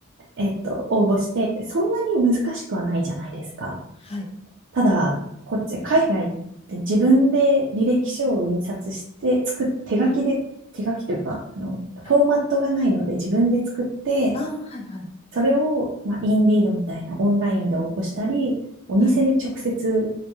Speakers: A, on the right; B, on the left.
A: えっと、応募してって、そんなに難しくはないじゃないですか。
B: はい。
A: ただ、こっち、海外って自分で履歴書を印刷して、作っ、手書きで、
B: はい。
A: 手書きというか、あの、フォーマットがないので自分で作って、
B: はい。ああ、はい、はい。
A: それを、まあ、インディードみたいなオンラインで応募したり、お店に直接
B: はい